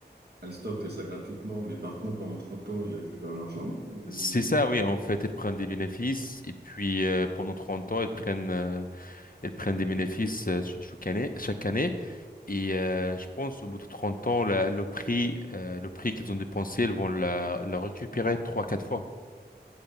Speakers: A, on the right (about 65°); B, on the left (about 55°).
A: Alstom fait ça gratuitement, mais par contre, pendant 30 ans, ils récupèrent l'argent ou...
B: C'est ça, oui. En fait, elles prennent des bénéfices et puis euh, pendant 30 ans, elles prennent, euh, elles prennent des bénéfices euh, ch- chaque année, chaque année. Et euh, je pense au bout de 30 ans, la- le prix, euh, le prix qu'ils ont dépensé, ils vont la, la récupérer trois, quatre fois.